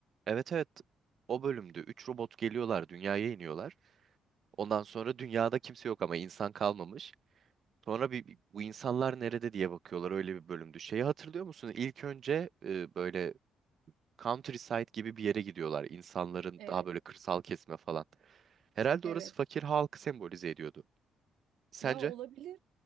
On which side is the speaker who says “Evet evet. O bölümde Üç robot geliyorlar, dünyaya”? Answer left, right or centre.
Right